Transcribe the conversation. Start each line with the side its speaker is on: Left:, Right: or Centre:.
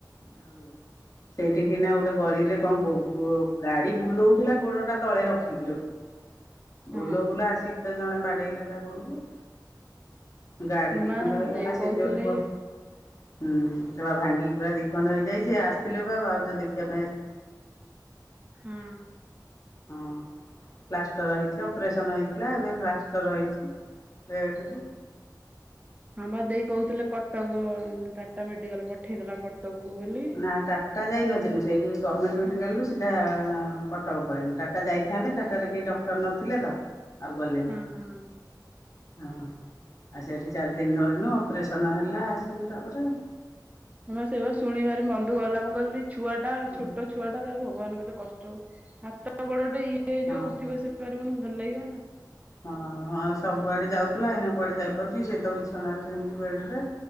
Left: ଯୋଉ ସେଇଠିି କିନା ଗୋଟେ ଗଳିରେ କଣ ଗୋ ଗୋ ଗାଡି ବୁଲଉଥିଲା ଗୋଡ ପାଦ ତଳେ ରଖିକି ରଖ
Right: ହଁ
Left: ବୁଲଉ ବୁଲଉ ଆସିକି ତ ଜଣେ ବାଡେଇଲା ତା ଗୋଡକୁ। ଗାଡି ଦିଖଣ୍ଡ
Right: ବା
Left: ହେଇଗଲା
Right: ଦେଇ କହୁଥିଲେ
Left: ସେଇ ଯୋଉଠି ପଡୁ ହୁଁ ସେଇଟା ଭାଙ୍ଗିକି ପୁରା ଦିଖଣ୍ଡ ହେଇଯାଇଛି ଆସିଥିଲେ ପା ଭାଉଜ ଦେଖିବା ପାଇଁ ଆସିଥିଲେ।
Right: ହୁଁ।
Left: ହଁ ପ୍ଲାଷ୍ଟର ହେଇଛି ଅପରେସନ ହେଇଥିଲା ଏବେ ପ୍ଲାଷ୍ଟର ହେଇଛି। ବେଡ଼ରେ
Right: ହଁ ବା ଦେଇ କହୁଥିଲେ କଟକ ଟାଟା ମେଡିକାଲ ପଠେଇଦବା କଟ କଟକକୁ ବୋଲି।
Left: ନା ଟାଟା ଯାଇନଥିଲୁ ସେଇ ଗଭର୍ଣ୍ଣମେଣ୍ଟ ମେଡିକାଲରୁୁ
Right: ହୁଁ ହୁଁ।
Left: ସିଧା କଟକ ପଳେଇଲୁ ଟାଟା ଯାଇଥାନ୍ତେ ଟାଟାରେ କେହି ଡକ୍ଟର ନଥିଲେ ତ ଆଉ ଗଲେନି
Right: ହଁ ହଁ
Left: ହଁ। ଆଉ ସେଇଠି ଚାରି ଦିନ ରହିଲୁ ଅପରେସନ୍ ହେଲା ଆସିଲୁ ତାପରେ ଆଉ।
Right: ହଁ ପା ସେଇଵା ଶୁଣିବାରେ ମନଦୁଃଖ ହେଲା ମୁଁ କହିଲି ଛୁଆ ଟା
Left: ହଁ
Right: ଛୋଟ ଛୁଆଟା ତାକୁ ଭଗବାନ କେତେ କଷ୍ଟ ହ ହାତ ଗୋଡଟେ ଇଏ ହେଇଯିବ
Left: ହଁ
Right: ଉଠି ବସି ପାରିବନି ଭଲ ଲାଗିବ ନା।
Left: ହଁ ହଁ ସବୁଆଡେ ଯାଉଥିଲା ଏଇନା କୁଆଡେ ଯାଇପାରୁଛି କି ସେଇ ତ ବିଛଣାରେ ସେମିତି ବେଡରେ